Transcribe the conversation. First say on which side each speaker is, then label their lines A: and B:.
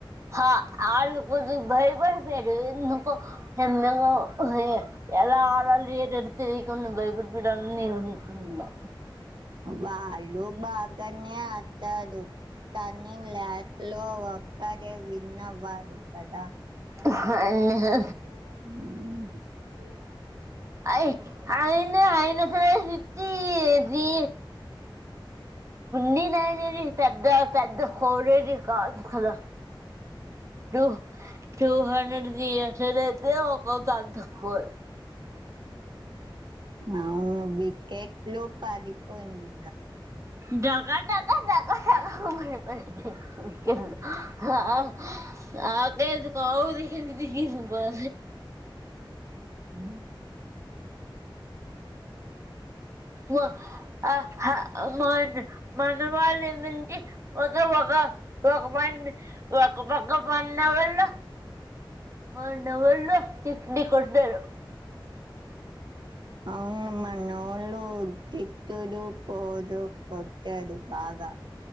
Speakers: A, on the right; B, on the right.
A: ఆ ఆళ్లు భయపడిపోయారు ఎందుకు ఎంతంగా ఎలా ఆడాల ఏ ఎతేయికు బైబిల్ పెడ <unintelligible>
B: వాళ్ళు బాగానే ఆతదు కానీ లాట్ లో ఒక్కడే విన్ అవ్వాలి కదా
A: ఆ యా హే
B: హ
A: అయి ఆయన ఆయనస ఫిఫ్తిది నీ నాయన పెద్ద పెద్ద కోడలు కాదు కదా టూ టూ హండ్రెడ్ తీయట్ అయితే ఒక పంది తక్కువ
B: అవును వికెట్ లో పాడిపోయింది
A: డగా డగా డాక్ లా పడి నాకే ఎది కాది పోల
B: ఉ
A: ఊ ఆ మన మనవాళ్ళి నుంచి ఒక ఒక ఒక ప ఒక పక్క పన్న వాళ్ల పన్న వాళ చట్నీ కొట్టారు
B: అవును మనోలుటి తిట్టుడు పోదు కొట్టదు బాగా